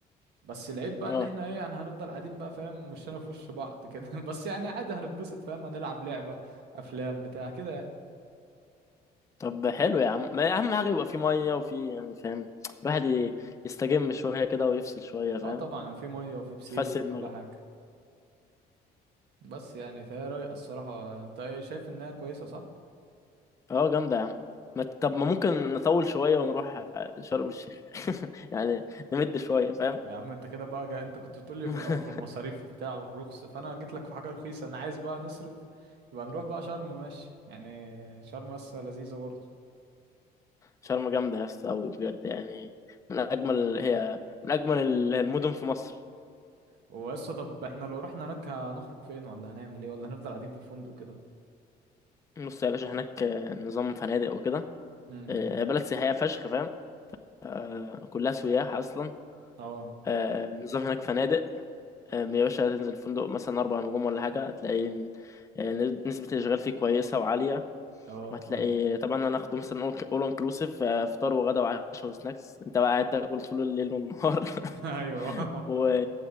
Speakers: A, on the right; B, on the left.
A: بس العيب بقى
B: اه
A: ان احنا ايه يعني هنفضل قاعدين بقى فاهم وشنا في وش بعض كده <laughs> بس يعني عادي هنتبسط فاهم هنلعب لعبة افلام بتاع كده يعني
B: طب حلو يا عم ما اهم حاجه يبقى في ميه وفي يعني فاهم الواحد ي- يستجم شويه كده ويفصل شويه فاهم
A: اه طبعا يعني في مية وفي بسين
B: يفسد
A: وفي
B: دماغه
A: كل حاجة بس يعني فهي رايقة الصراحة انت ايه شايف انها كويسة صح؟
B: اه جامدة يا عم ما ت- طب ما ممكن نطول شوية ونروح شرم الشيخ <laughs> يعني نمد شوية فاهم
A: يا عم انت كده بقى جا... انت كنت بتقولي
B: <laughs>
A: في الاول في المصاريف وبتاع والرخص فانا جيت لك في حاجة رخيصة انا عايز بقى نصرف يبقى نروح بقى شرم ماشي يعني شرم لسه لذيذة برضه
B: شرم جامدة يا اسطى أوي بجد يعني من أجمل هي من أجمل ال- المدن في مصر
A: وقصة طب احنا لو رحنا هناك هنخرج فين ولا هنعمل ايه ولا هنفضل قاعدين في الفندق كده
B: بص يا باشا هناك آه، نظام فنادق وكده
A: امم
B: آه، بلد سياحية فشخ فاهم آه، كلها سياح أصلا
A: اه
B: آه، نظام هناك فنادق آه، يا باشا تنزل فندق مثلا أربع نجوم ولا حاجة هتلاقي إن- آه، نسبة الإشغال فيه كويسة وعالية
A: اه
B: وهتلاقي
A: اه
B: طبعا هناخده مثلا اول انكلوسيف فطار وغدا وعشاء وسناكس انت بقى قاعد تاكل طول الليل والنهار <laughs>
A: <laughs> ايوه
B: و